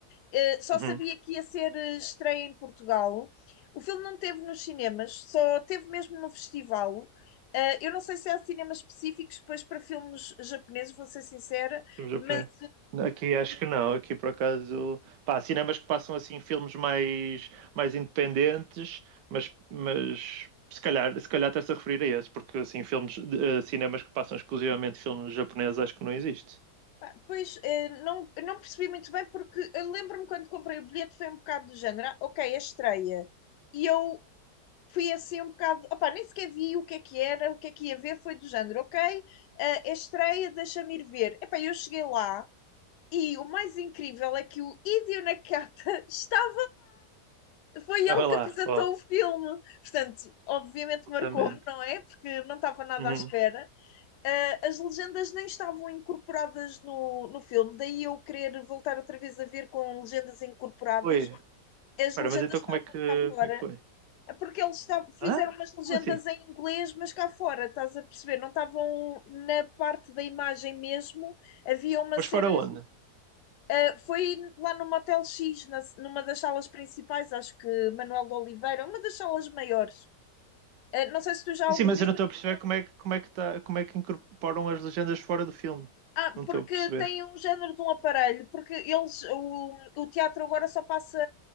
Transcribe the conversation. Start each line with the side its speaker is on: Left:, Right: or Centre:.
Left: eh, só
Right: Uhum.
Left: sabia que ia ser eh, estreia em Portugal. O filme não teve nos cinemas, só teve mesmo no festival. Eh, eu não sei se há cinemas específicos, pois para filmes japoneses, vou ser sincera,
Right: filme japonês.
Left: mas
Right: Aqui acho que não, aqui por acaso, pá, há cinemas que passam assim filmes mais, mais independentes, mas, mas se calhar, se calhar estás a referir a esse, porque assim, filmes, de- eh, cinemas que passam exclusivamente filmes japoneses acho que não existe.
Left: Pá, Pois, eh, não, eu não percebi muito bem, porque eu lembro-me quando comprei o bilhete foi um bocado do género, ah, ok, é estreia. E eu fui assim um bocado, opá, nem sequer vi o que é que era, o que é que ia ver, foi do género, ok, eh, é estreia, deixa-me ir ver. Epá, eu cheguei lá e o mais incrível é que o Hideo Nakata <laughs> estava, foi
Right: Ah,
Left: ele
Right: vai
Left: que
Right: lá,
Left: apresentou
Right: ó,
Left: o filme. Portanto, obviamente
Right: absolutamente.
Left: marcou-me, não é? Porque não estava nada
Right: Uhum.
Left: à espera ah, as legendas nem estavam incorporadas no, no filme, daí eu querer voltar outra vez a ver com legendas incorporadas.
Right: Oi,
Left: As
Right: espera,
Left: legendas
Right: mas então
Left: estavam
Right: como é que,
Left: cá fora,
Right: como é que foi?
Left: é porque eles estavam- fizeram
Right: Hã?
Left: umas legendas
Right: Como assim?
Left: em inglês, mas cá fora, estás a perceber? Não estavam na parte da imagem mesmo. Havia uma
Right: Mas
Left: cena,
Right: fora onde?
Left: ah, foi lá no Motel X, na- numa das salas principais, acho que Manuel de Oliveira, uma das salas maiores. Ah, não sei se tu já alguma
Right: Sim, sim, mas
Left: vez
Right: eu não estou a perceber como é, que- como é que tá, como é que incorporam as legendas fora do filme.
Left: Ah,
Right: Não estou
Left: porque
Right: a perceber.
Left: tem um género de um aparelho, porque eles, o, o teatro agora só passa